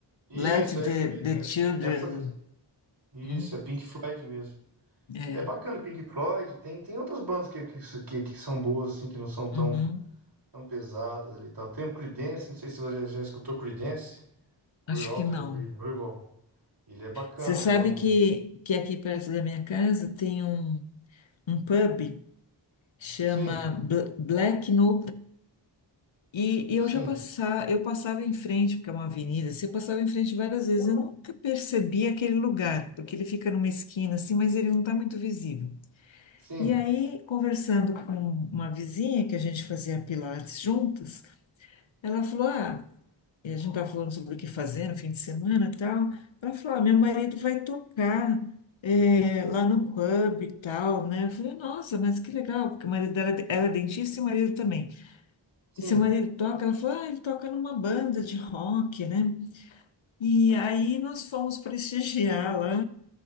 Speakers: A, on the right; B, on the left.
A: Isso,
B: let
A: é
B: the,
A: essa mesmo,
B: the
A: né?
B: children.
A: É Essa mesmo. Isso,
B: Hum,
A: é Pink Floyd mesmo.
B: é,
A: É bacana, Pink Floyd. Tem, tem outras bandas que, que, que, que são boas, assim, que não são tão,
B: uhum.
A: tão pesadas ali e tal. Tem o Creedence, não sei se você já, já escutou Creedence. Clearwater
B: Acho que não.
A: Revival. Ele é bacana,
B: Você sabe
A: ele é um...
B: que, que aqui perto da minha casa tem um, um pub chama
A: Sim,
B: Bl- Black No E, e
A: sim,
B: eu já passava, eu passava em frente, porque é uma avenida, você passava em frente várias vezes, eu nunca percebi aquele lugar, porque ele fica numa esquina assim, mas ele não está muito visível.
A: sim,
B: E aí, conversando com uma vizinha que a gente fazia pilates juntas, ela falou: Ah, e a gente estava falando sobre o que fazer no fim de semana e tal. Ela falou: Ah, meu marido vai tocar eh, lá no pub e tal, né? Eu falei: Nossa, mas que legal, porque o marido dela, ela é dentista e o marido também.
A: sim.
B: E seu marido toca? Ela falou, ah, ele toca numa banda de rock, né? E aí nós fomos prestigiar lá.